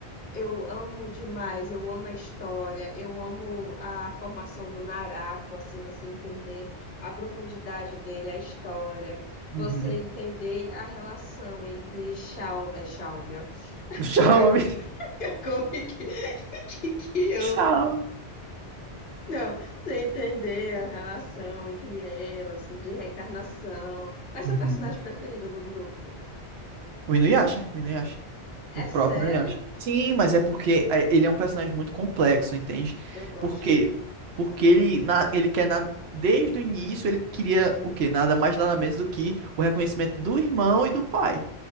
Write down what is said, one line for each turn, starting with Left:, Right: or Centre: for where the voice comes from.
Left: Eu amo demais, eu amo a história, eu amo a formação do Naraku, assim, você entender a profundidade dele, a história,
Right: uhum.
Left: você entender a relação entre Shao, é, Xiaomi, ó, <laughs>
Right: <laughs> Tchau,
Left: Ka-
Right: amigo.
Left: Kakome que, que, que eu,
Right: Tchau.
Left: não, você entender a relação entre elas, de reencarnação. Qual é seu
Right: Uhum.
Left: personagem preferido do grupo?
Right: O Inuyasha, o Inuyasha. O
Left: É
Right: próprio
Left: sério?
Right: Inuyasha. Sim, mas é porque é, ele é um personagem muito complexo, entende?
Left: Eu gosto.
Right: Por quê? Porque ele, na, ele quer, na, desde o início, ele queria o quê? Nada mais, nada menos do que o reconhecimento do irmão e do pai.